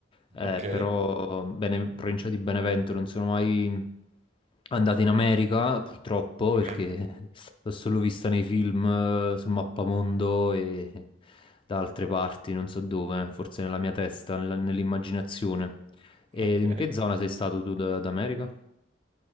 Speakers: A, on the left; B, on the right.
A: eh,
B: Ok,
A: però bene, provincia di Benevento, non sono mai andato in America, purtroppo,
B: ok,
A: perché <laughs> l'ho solo vista nei film, eh, sul mappamondo e da altre parti, non so dove, forse nella mia testa, nella- nell'immaginazione. E
B: ok.
A: in che zona sei stato tu da- d'America?